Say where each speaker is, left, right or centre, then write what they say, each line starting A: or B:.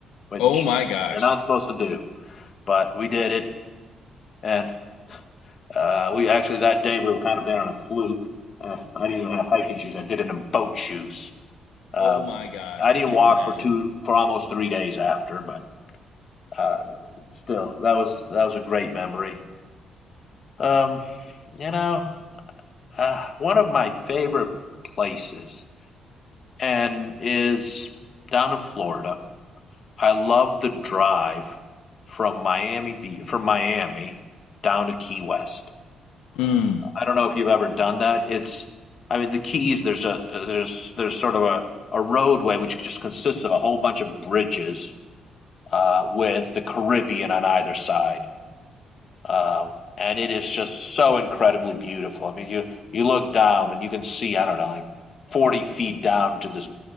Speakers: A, on the left (about 45°); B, on the left (about 80°).
A: which
B: Oh my gosh.
A: you're not supposed to do. But we did it, and uh, we actually that day we were kind of there on a fluke. Uh, I didn't even have hiking shoes; I did it in boat shoes. Um,
B: Oh my gosh.
A: I
B: I
A: didn't
B: can't
A: walk
B: imagine.
A: for two for almost three days after, but uh, still, that was that was a great memory. Um, you know, uh, one of my favorite places and is down in Florida. I love the drive from Miami from Miami down to Key West.
B: Mm.
A: I don't know if you've ever done that. It's, I mean, the Keys. There's a there's there's sort of a a roadway which just consists of a whole bunch of bridges uh, with the Caribbean on either side, um, and it is just so incredibly beautiful. I mean, you you look down and you can see I don't know like forty feet down to this